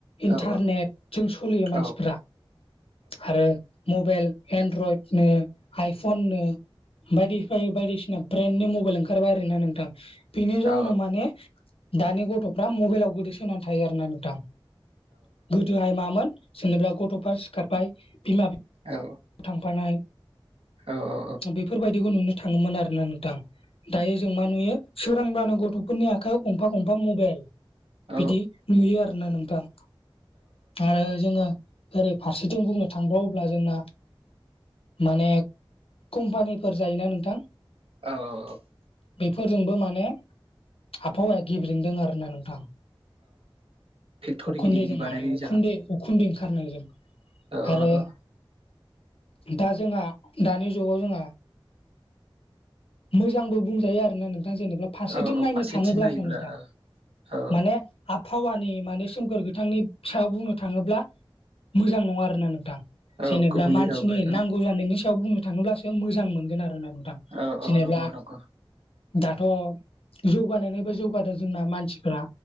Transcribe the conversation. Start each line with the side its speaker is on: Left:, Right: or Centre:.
Left: इन्टारनेटजों
Right: औ औ
Left: सलियो
Right: औ
Left: मानसिफ्रा आरो मबाइल एनड्रइड नो आइफन बायदि बाय बायदिसिना ब्रेन्डनि मबाइल ओंखारबाय आरोना नोंथां बेनि जाउनाव
Right: औ
Left: माने दानि गथ'फ्रा मबाइलाव गोदोसोनानै थायो आरोना नोंथां गोदोहाय मामोन जेनोबा गथ'फ्रा सिखारबाय बिमा बिफा
Right: औ।
Left: थांफानाय
Right: औ।
Left: बेफोरबायदिखौ नुनो थाङोमोन आरोना नोंथां। दायो जों मा नुयो सोरांब्लानो गथ'फोरनि आखाइयाव गंफा गंफा मबाइल
Right: औ
Left: बिदि नुयो आरोना नोंथां। आरो जोङो ओरै फारसेथिं बुंनो थांबावोब्ला जोंना माने कम्पानिफोर जायोना नोंथां।
Right: औ औ औ
Left: बेफोरजोंबो माने आबहावाया गेब्रेंदों आरोना नोंथां
Right: फेक्ट'रि
Left: उखुन्दैजों
Right: गिदिर गिदिर बानायनायनि
Left: माने उखुन्दै उखुन्दै ओंखारनायजों
Right: ओ
Left: आरो
Right: ओ
Left: दा जोंहा दानि जुगाव जोंहा मोजांबो बुंजायो आरो ना नोंथां जेनेबा फारसेथिं
Right: औ
Left: नायनो
Right: फारसेथिं
Left: थाङोब्लासो
Right: नायोब्ला
Left: नोंथां
Right: औ
Left: माने आबहावानि माने सोमखोर बिथांनिफ सायाव बुंनो थाङोब्ला मोजां नङा आरोना नोंथां।
Right: औ
Left: जेनेबा
Right: गुबुंले
Left: मानसिनि
Right: जाबाय
Left: नांगौ जानायनि सायाव बुंनो थाङोब्लासो मोजां मोनगोन आरोना नोंथां।
Right: औ औ
Left: जेनेब्ला
Right: नंगौ नंगौ
Left: दाथ' जौगानायनिबो जौगादों जोंना मानसिफ्रा।